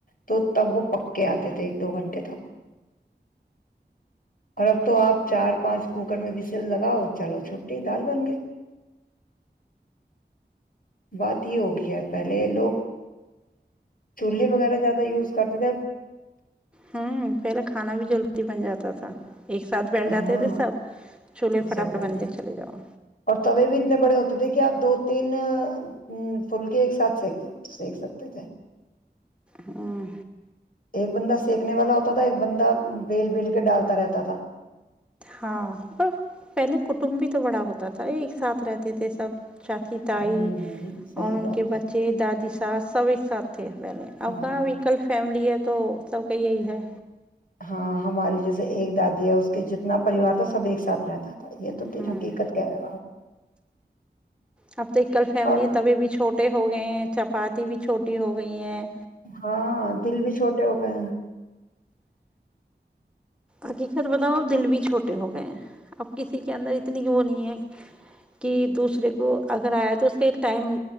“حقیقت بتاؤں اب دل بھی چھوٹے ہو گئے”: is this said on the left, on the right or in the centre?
Centre